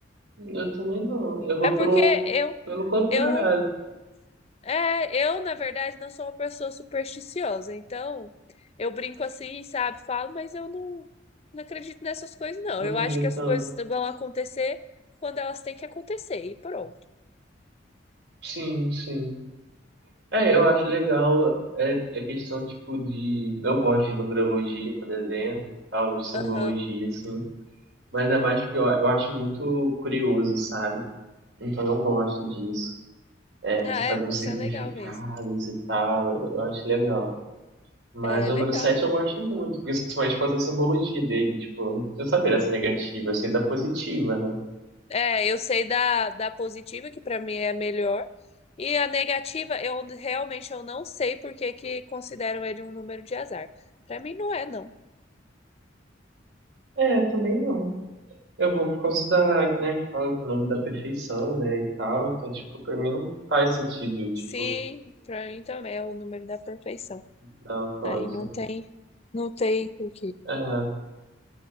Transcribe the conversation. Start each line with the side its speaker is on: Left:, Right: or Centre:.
Right: Eu também não. Eu vou
Left: É porque
Right: pelo,
Left: eu,
Right: pelo contrário.
Left: eu, é, eu, na verdade, não sou uma pessoa supersticiosa. Então, eu brinco assim, sabe? Falo, mas eu não, não acredito nessas coisas, não.
Right: Não
Left: Eu acho
Right: ligo
Left: que as
Right: tanto.
Left: coisas vão acontecer quando elas têm que acontecer, e pronto.
Right: Sim, sim. É, eu acho legal é, é questão, tipo, de... Eu gosto de numerologia, por exemplo, e tal, de simbologia,
Left: Aham.
Right: assim. Mas é mais porque eu, eu acho muito curioso, sabe? Então eu gosto disso. É,
Left: Ah,
Right: de você saber
Left: é, mas
Right: os significados
Left: é legal mesmo.
Right: e tal, eu acho legal. Mas
Left: É,
Right: o
Left: legal.
Right: número 7
Left: né?
Right: eu gosto muito, principalmente por causa da simbologia dele. Tipo, eu não preciso saber dessa negativa, eu sei da positiva, né?
Left: É, eu sei da, da positiva, que pra mim é a melhor, e a negativa, eu realmente eu não sei por que que consideram ele um número de azar. Pra mim não é, não.
Right: É, também não. Eu vou por causa da, que, né, que fala que é o nome da perfeição, né, e tal. Então, tipo, pra mim não faz sentido, tipo,
Left: Sim, pra mim também é o número da perfeição.
Right: dar uma coisa.
Left: Aí não tem, não tem por
Right: É,